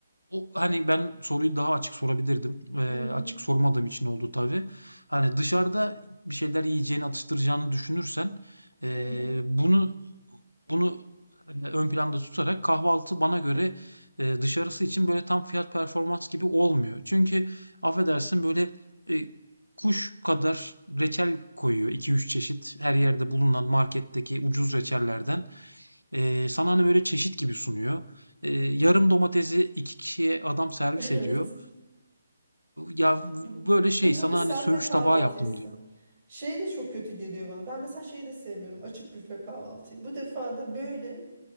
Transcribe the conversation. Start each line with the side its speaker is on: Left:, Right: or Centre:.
Left: o, hani ben soruyu daha açık sorabilirdim. Ee,
Right: Hı hı,
Left: açık sormadığım için oldu tabii. Hani dışarıda bir şeyler yiyeceğini atıştıracağını düşünürsen ee,
Right: hı hı,
Left: bunu bunu hani ön planda tutarak kahvaltı bana göre e, dışarısı için böyle tam fiyat performans gibi olmuyor. Çünkü affedersin böyle e, kuş kadar reçel koyuyor iki üç çeşit her yerde bulunan marketteki ucuz reçellerden. Eee, sana hani böyle çeşit gibi sunuyor. Eee,
Right: hı
Left: yarım
Right: hı.
Left: domatesi iki kişiye adam servis
Right: <laughs> Evet.
Left: ediyor. Ya bu-
Right: Bu,
Left: böyle şey
Right: bu tabii
Left: sana
Right: serpme
Left: hani söğüş
Right: kahvaltıysa.
Left: tabağı yaptım diyor.
Right: Şey de çok kötü geliyor bana. Ben mesela şeyi de sevmiyorum. Açık büfe kahvaltıyı. Bu defa da böyle